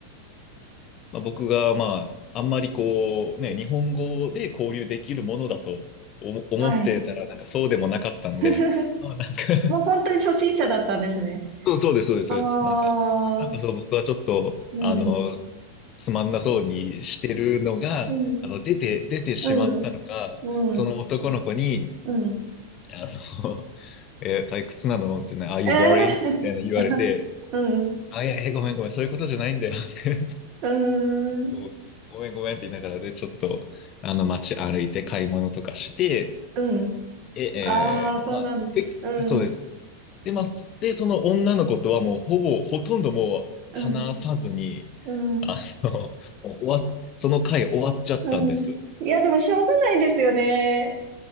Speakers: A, on the left; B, on the right.
A: まあ、僕が、まあ、あんまりこう、ね、日本語で交流できるものだと思思ってたら、
B: はい。
A: なんかそうでもなかったんで、
B: <laughs>
A: まあ、なんか
B: もう本当に初心者だったんですね。
A: そう、そうです、そうです、
B: あ
A: そうです。なんか、
B: あ、
A: なんかそう、
B: う
A: 僕はちょっと、
B: ん。
A: あの、つまんなそうにしてるのが、
B: うん。
A: あの、出て、出てしまったのか、
B: うん。うん。
A: その男の子に、
B: うん。
A: あの、<laughs> え退屈なのみたいな、Are you
B: ええー
A: boring? みたいな言われて、
B: <laughs> うん。
A: あ、いやいや、ごめんごめん、そういうことじゃないんだよ。<laughs>
B: うーん。
A: そうごめんごめんって言いながらで、ちょっと、あの、街歩いて買い物とかして、
B: うん。
A: え、えーまあ、
B: ああ、そうなんだ。
A: 結そうです。
B: うん。
A: で、まあ、すで、その女の子とはもうほぼ、ほとんどもう話さずに、
B: うん。うん。
A: あの、<laughs> もう終わっ、その回終わっちゃったんです。
B: うん。いや、でもしょうがないですよね。